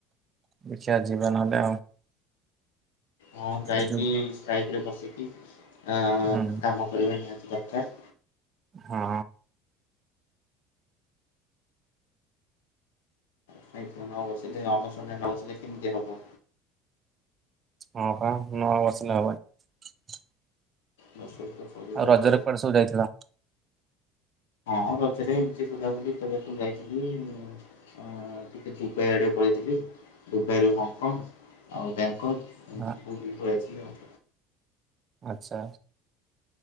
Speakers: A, on the right; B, on the left.
A: ଦେଖିଆ ଯିବା ନହେଲେ ଆଉ।
B: ହଁ ଯାଇକି
A: ଏ ଯୋଉ
B: ଷ୍ଟ୍ରାଇକ୍ ରେ ବସିକି ଆ-କାମ
A: ହୁଁ
B: କରିବା ନିହାତି ଦରକାର୍।
A: ହଁ।
B: ଷ୍ଟ୍ରାଇକ୍ ରେ ନ ବସିଲେ ଅନଶନ ରେ ନ ବସିଲେ କେମିତି ହବ।
A: ହଁ ପା ନବସିଲେ ହବନି।
B: ବସିବାକୁ ତ ପଡ଼ିବ
A: ରଜରେ
B: ଆଉ।
A: କୁଆଡେ ସବୁ ଯାଇଥିଲ?
B: ହଁ ରଜରେ ଏମିତି ବୁଲାବୁଲି କରିବାକୁ ଯାଇଥିଲି ଅ ଟିକେ ଦୁବାଇ ଆଡ଼େ ପଳେଇଥି ଦୁବାଇରୁୁ ହଂକଂ ଆଉ ବ୍ୟାଙ୍କକ୍।
A: ଆ-
B: ବୁଲିକି ପଳେଇ ଆସିଲ ଆଉ।
A: ଆଚ୍ଛା।